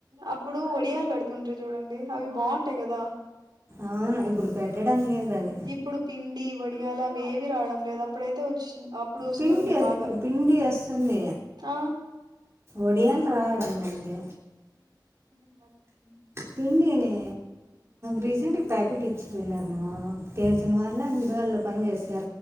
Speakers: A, on the right; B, on the right.
A: అప్ ఇప్పుడు వడియాలు పెడుతుంట్రి జూడండి, అవి బావుంటయి గదా.
B: అవును ఇప్పుడు పెట్టడం లేదు అది
A: ఇప్పుడు పిండి వడియాల ఏమి రావడం లేదు అప్పుడైతే వచ్చింది అప్పుడు వస్తుండే
B: పిండి వస్-
A: బాగా
B: పిండి వస్తుంది
A: ఆ
B: ఒడియాలు రావడండండి.
A: <inaudible>
B: పిండినే రీసెంట్ గ ప్యాకెటిచ్చి పోయినార్ మా తెల్సిన వాళ్ళే అన్ జెప్ <inaudible> ళ్ళో పన్జేస్